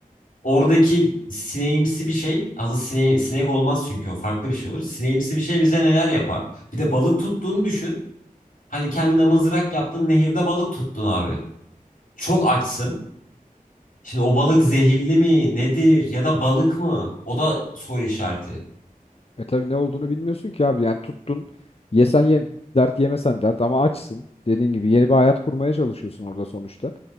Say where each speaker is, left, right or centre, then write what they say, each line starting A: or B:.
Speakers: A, on the left (about 70°); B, on the left (about 45°).
A: Oradaki sineğimsi bir şey, adı sine, sinek olmaz çünkü o farklı bir şey olur. Sineğimsi bir şey bize neler yapar? Bir de balık tuttuğunu düşün. Hani kendine mızrak yaptın, nehirde balık tuttun abi. Çok açsın. Şimdi o balık zehirli mi, nedir ya da balık mı? O da soru işareti.
B: E tabii ne olduğunu bilmiyorsun ki abi. Yani tuttun. Yesen ye, dert yemesen dert ama açsın. Dediğin gibi yeni bir hayat kurmaya çalışıyorsun orada sonuçta.